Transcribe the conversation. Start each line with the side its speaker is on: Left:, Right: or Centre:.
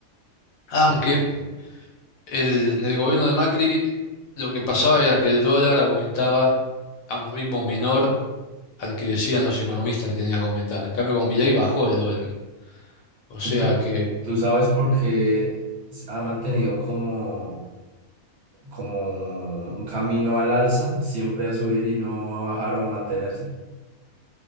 Left: Aunque
Right: Sí, sí, sí.
Left: el- en el gobierno de Macri lo que pasaba era que el dólar aumentaba a un ritmo menor al que decían los economistas que tenía que aumentar. En cambio, con Milei bajó el dólar. O sea
Right: ¿Y tú,
Left: que...
Right: tú sabes por qué s- ha mantenido como, como un camino al alza, siempre a subir y no a bajar o mantenerse?